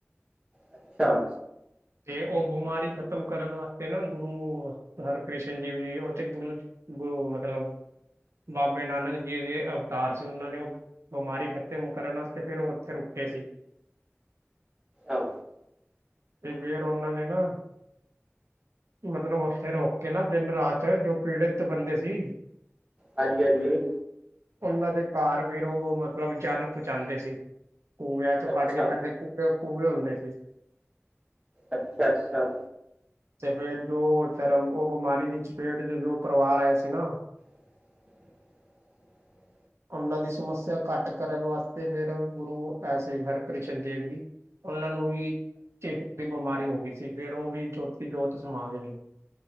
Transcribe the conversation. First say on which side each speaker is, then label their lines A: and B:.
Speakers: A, on the right; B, on the right.
A: ਅੱਛਾ।
B: ਤੇ, ਉਹ ਬਿਮਾਰੀ ਖ਼ਤਮ ਕਰਨ ਵਾਸਤੇ ਨਾ, ਗੁਰੂ ਹਰਿ ਕ੍ਰਿਸ਼ਨ ਜੀ ਵੀ, ਉਹ ਤੇ ਗੁਰੂ ਗੁਰੂ ਮਤਲਬ ਬਾਬੇ ਨਾਨਕ ਜੀ ਦੇ ਅਵਤਾਰ ਸੀ, ਉਹਨਾਂ ਨੇ ਉਹ ਬਿਮਾਰੀ ਖ਼ਤਮ ਕਰਨ ਵਾਸਤੇ, ਫੇਰ ਉਹ ਉੱਥੇ ਰੁਕੇੇ ਸੀ।
A: ਅੱਛਾ।
B: ਤੇ ਫਿਰ ਓਹਨਾਂ ਨੇ, ਨਾ ਮਤਲਬ ਉੱਥੇ ਰੋਕਕੇ ਨਾ ਦਿਨ-ਰਾਤ, ਜੋ ਪੀੜੀਤ ਬੰਦੇ ਸੀ
A: ਹਾਂਜੀ-ਹਾਂਜੀ।
B: ਉਹਨਾਂ ਦੇ ਘਰ ਫਿਰ ਉਹ, ਮਤਲਬ ਜਲ ਪਹੁੰਚਾਉਂਦੇ ਸੀ। ਖੂ
A: ਅੱਛਾ
B: ਕੱਢਕੇ ਪਹਿਲੇ ਕੂ, ਕੂਏ ਹੁੰਦੇ ਸੀ।
A: ਅੱਛਾ-ਅੱਛਾ।
B: ਤੇ ਫਿਰ ਜੋ ਓਹ ਧਰਮ, ਉਹ ਬਿਮਾਰੀ ਦੀ ਚਪੇਟ'ਚ ਜੋ ਪਰਿਵਾਰ ਆਇਆ ਸੀ, ਨਾ
A: <inaudible>
B: ਉਹਨਾਂ ਦੀ ਸਮੱਸਿਆ ਘੱਟ ਕਰਨ ਵਾਸਤੇ ਫਿਰ, ਗੁਰੂ ਐਸੀ ਹਰਕ੍ਰਿ ਸ਼ਨੀ ਦੇਵ ਵੀ, ਓਹਨਾਂ ਨੂੰ ਵੀ ਚੇਚਕ ਦੀ ਬਿਮਾਰੀ ਹੋ ਗਈ ਸੀ, ਫਿਰ ਉਹ ਵੀ ਜੋਤੀ-ਜੋਤ ਸਮਾ ਗਏ।